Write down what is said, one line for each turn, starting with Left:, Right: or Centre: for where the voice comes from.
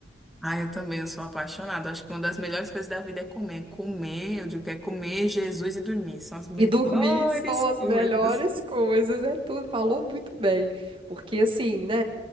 Centre: Ah, eu também, eu sou apaixonada. Acho que uma das melhores coisas da vida é comer. Comer, eu digo que é comer Jesus e dormir. São as melhores
Right: E dormir são as
Centre: coisas.
Right: melhores coisas, é tudo. Falou muito bem. Porque, assim, né,